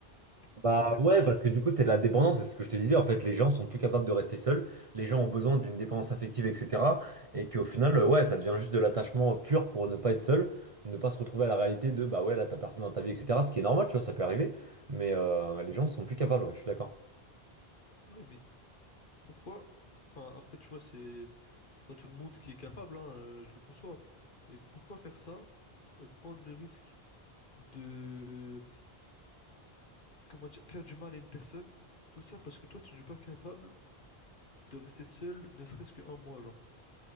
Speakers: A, on the left; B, on the right.
A: Pourquoi
B: Bah
A: faire
B: ouais,
A: ça?
B: parce que du coup, c'est de la dépendance, c'est ce que je te disais. En fait, les gens sont plus capables de rester seuls, les gens ont besoin d'une dépendance affective, etc. Et qu'au final, euh, ouais, ça devient juste de l'attachement pur pour ne pas être seul, ne pas se retrouver à la réalité de bah ouais, là, t'as personne dans ta vie, etc. Ce qui est normal, tu vois, ça peut arriver, mais euh, les gens sont plus capables, ouais, je suis d'accord.
A: Ouais, mais pourquoi? Enfin, après, tu vois, c'est c'est pas tout le monde qui est capable, hein, euh, je le conçois. Mais pourquoi faire ça? Euh, prendre le risque de. Comment dire? Faire du mal à une personne, tout ça parce que toi, tu n'es pas capable de rester seul, ne serait-ce qu'un mois, genre.